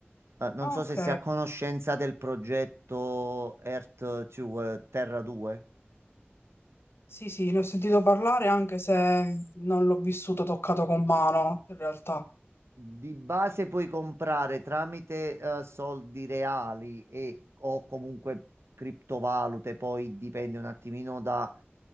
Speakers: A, on the right; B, on the left.
A: Eh, non
B: Ah,
A: so
B: Ok,
A: se sei a conoscenza del progetto Earth 2, eh, Terra 2.
B: sì, sì, ne ho sentito parlare anche se non l'ho vissuto toccato con mano, in realtà.
A: Di base puoi comprare tramite eh, soldi reali e o comunque criptovalute, poi dipende un attimino da